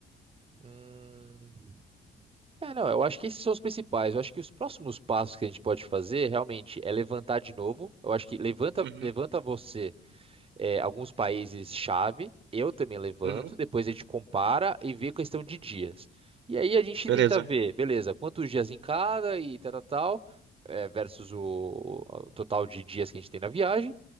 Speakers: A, on the right; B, on the right.
A: Hum, É, não, eu acho que esses são os principais. Eu acho que os próximos passos que a gente pode fazer realmente é levantar de novo. Eu acho que levanta,
B: Uhum.
A: levanta você é, alguns países chave, eu também levanto,
B: Uhum.
A: depois a gente compara e vê questão de dias. E aí a gente
B: Beleza.
A: tenta ver, beleza, quantos dias em cada e tal, tal, tal, é, versus o, o total de dias que a gente tem na viagem.